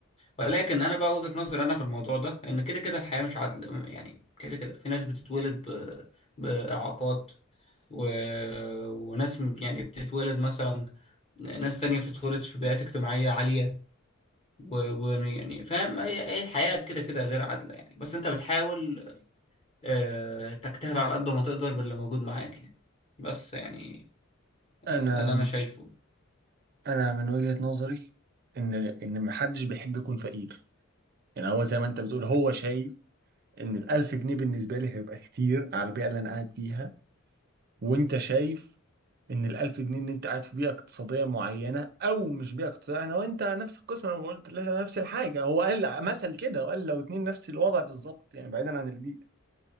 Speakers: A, on the left; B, on the right.
A: ولكن انا بقى وجهة نظري انا في الموضوع ده ان كده كده الحياة مش عدل يعني كده كده في ناس بتتولد ب... بإعاقات و... وناس م- يعني بتتولد مثلا ناس تانية بتتولد في بيئات اجتماعية عالية ويعني فاهم هي هي الحياة كده كده غير عادلة يعني بس انت بتحاول آه، تجتهد على قد ما تقدر باللي موجود معاك يعني بس يعني
B: انا
A: آه، ده اللي انا شايفه
B: انا من وجهة نظري ان ان محدش بيحب يكون فقير يعني هو زي ما انت بتقول هو شايف ان الألف جنيه بالنسبة لي هيبقى كتير على البيئة اللي انا قاعد فيها وانت شايف ان الألف جنيه ان انت قاعد في بيئه اقتصاديه معينه او مش بيئه اقتصاديه انا وانت نفس القسم انا قلت لها نفس الحاجه هو قال مثل كده وقال لو اتنين نفس الوضع بالظبط يعني بعيدا عن البيئه